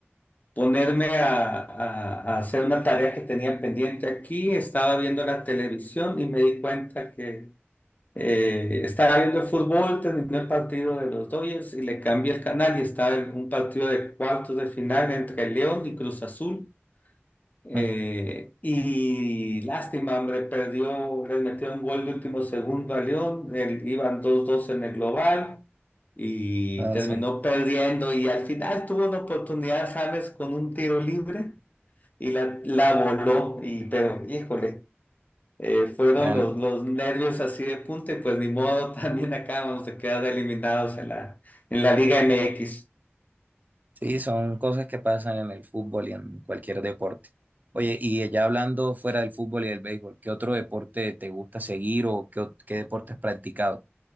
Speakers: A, on the left; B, on the right.
A: ponerme a, a- a hacer una tarea que tenía pendiente aquí, estaba viendo la televisión y me di cuenta que eh, estaba viendo el fútbol, terminó el partido de los Dodgers y le cambié el canal y estaba el- un partido de cuartos de final entre León y Cruz Azul. Eh,
B: Mm,
A: y lástima, hombre, perdió, les metió un gol de último segundo a León, el- iban dos 2 en el global y
B: no,
A: terminó
B: son-
A: perdiendo y al final tuvo una oportunidad James con un tiro libre y la, la voló, y, pero híjole, eh, fueron
B: bueno,
A: los, los nervios así de punta y pues ni modo, <laughs> también acabamos de quedar eliminados en la, en la Liga MX.
B: sí, son cosas que pasan en el fútbol y en cualquier deporte. Oye, y ya hablando fuera del fútbol y del béisbol, ¿qué otro deporte te gusta seguir o qué, ot- qué deporte has practicado?